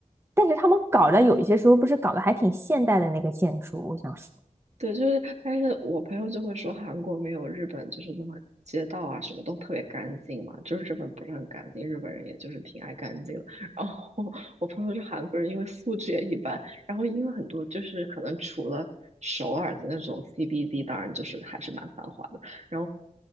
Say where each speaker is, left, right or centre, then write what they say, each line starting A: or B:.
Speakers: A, on the right; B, on the right.
A: 但是他们搞的有一些时候不是搞得还挺现代的那个建筑，我想说。
B: <laughs> 对，就是，但是我朋友就会说韩国没有日本就是那么街道啊什么都特别干净嘛，就是日本不是很干净，日本人也就是挺爱干净的。然后我朋友是韩国人，因为素质也一般，然后因为很多就是可能除了首尔的那种 CBD，当然就是还是蛮繁华的，然后。